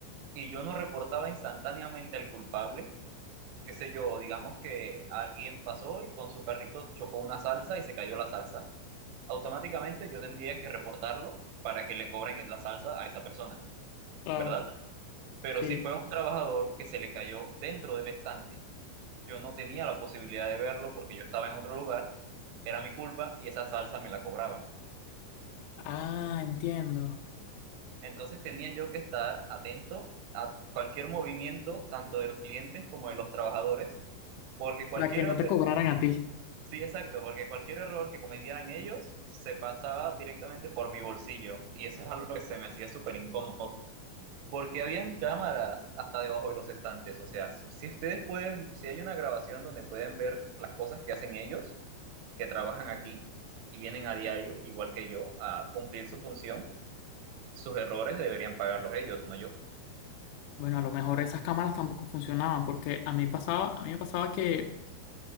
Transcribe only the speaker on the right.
y yo no reportaba instantáneamente al culpable, qué sé yo, digamos que alguien pasó y con su carrito chocó una salsa y se cayó la salsa, automáticamente yo tendría que reportarlo para que le cobren la salsa a esa persona,
¿verdad? Pero
si fue un trabajador que se le cayó dentro del estante, yo no tenía la posibilidad de verlo porque yo estaba en otro lugar, era mi culpa y esa salsa me la cobraban.
Entonces tenía yo que estar atento a cualquier movimiento, tanto de los clientes como de los trabajadores, porque cualquier
error,
sí, exacto, porque cualquier error que cometieran ellos se pasaba directamente por mi bolsillo y eso es algo que se me hacía súper incómodo, porque habían cámaras hasta debajo de los estantes, o sea, si, si ustedes pueden, si hay una grabación donde pueden ver las cosas que hacen ellos, que trabajan aquí y vienen a diario, igual que yo, a cumplir su función, sus errores deberían pagarlos ellos, no yo.